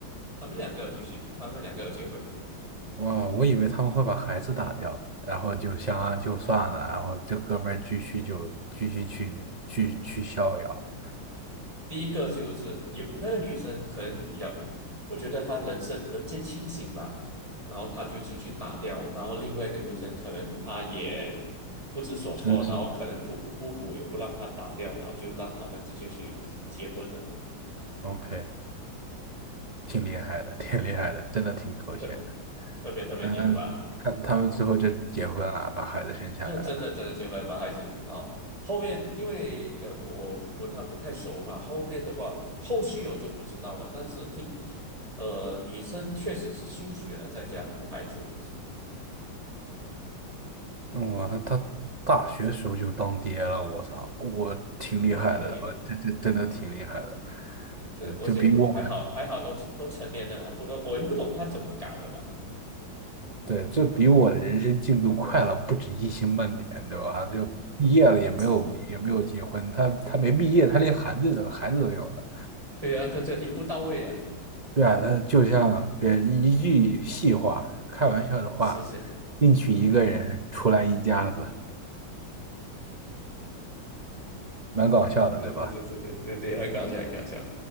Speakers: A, on the right; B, on the right.
A: 他们两个有举行，他们两个有结婚。
B: 哇，我以为他们会把孩子打掉，然后就相安就算了，然后这哥们儿继续就继续去去去逍遥，
A: 第一个就是有那个女生可能比较，我觉得她人生人间清醒吧，然后她就是去打掉，然后另外一个女生可能她也不知所措，
B: 真是
A: 然后可能父父母也不让她打掉，然后就让他们直接去结婚了，
B: OK，挺厉害的，挺厉害的，真的挺狗血的。
A: 特特别特别牛吧，
B: 嗯，他他们最后就结婚了，把孩子生下来了。
A: 这真的真的结婚了把孩子，然后后面因为呃我我跟她不太熟嘛，后面的话后续我就不知道了，但是听呃女生确实是休学了，在家顾孩子。
B: 哇，那他大学时候就当爹了，我操，我挺厉害的，
A: 对，
B: 呃这这真的挺厉害的，
A: 对，
B: 呃就比我。
A: 而且我还好，还好都都成年了啦，不然我也不懂他怎么搞的吧，
B: 对，这比我的人生进度快了不止一星半点，对吧？就毕业了也没有也没有结婚，
A: 不止，
B: 他他没毕业，他连孩子都孩子都有了。
A: 对啊，他这一步到位啊，
B: 对啊，他就像别一句戏话，开玩笑的话，
A: 是是，
B: 进去一个人，
A: 嗯，
B: 出来一家子，蛮搞笑的，
A: 是是是是是对对，
B: 对吧？
A: 很搞笑，很搞笑。